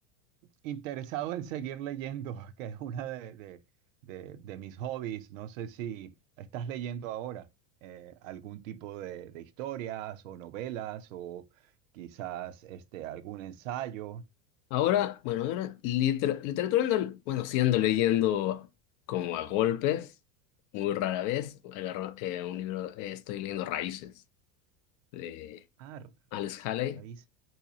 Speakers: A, on the right (about 80°); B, on the left (about 50°).
A: interesado en seguir leyendo, <laughs> que es una de, de- de- de mis hobbies. No sé si estás leyendo ahora eh, algún tipo de, de historias o novelas o quizás este, algún ensayo.
B: Ahora, bueno, ahora liter- literatura, ando- bueno, sí ando leyendo como a golpes, muy rara vez. Agarro, eh, un libro, eh, estoy leyendo Raíces de
A: Ah,
B: Alex Haley,
A: Raíz.